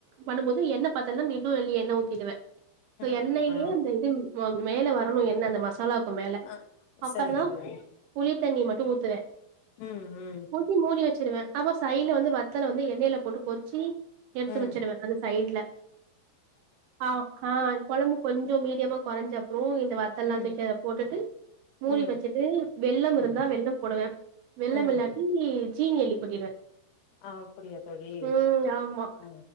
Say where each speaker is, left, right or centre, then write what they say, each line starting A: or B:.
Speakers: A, on the right; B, on the left.
A: பண்ணும்போது எண்ணெ பத்தல்னா நீ ன்னு அள்ளி எண்ணெ ஊத்திடுவே சோ
B: ஆ
A: எண்ணெய்லே
B: ஆ
A: அந்த இது ம மேல வரணு எண்ணெ அந்த மசா சாலாவுக்கு மேல
B: ஆ ஆ
A: அப்பறந்தா
B: சரிங்க தோழி
A: புளித்தண்ணி மட்டு ஊத்துவே
B: ம் ம்
A: ஊத்தி மூடி வெச்சிருவேஅப்ப சைல வந்து வத்தல வந்து எண்ணெயில போட்டு பொறிச்சி எட்த்து
B: ம்
A: வெச்சிருவே அந்த சைட்ல அ ஆ கொழம்பு கொஞ்சோ மீடியமா கொறஞ்ச அப்புறோ இந்த வத்தல்லா
B: ம்
A: தூக்கி அதல போட்டுட்டு மூடி
B: ம்
A: வெச்சு ட்டு வெல்லம் இருந்தா
B: ம்
A: வெல்லம் போடுவே வெல்லம்
B: ம்
A: இல்லாட்டி ஜீனி அள்ளி கொட்டிடுவே
B: அப்படியா தோழி
A: ம் ஆமா
B: ஆ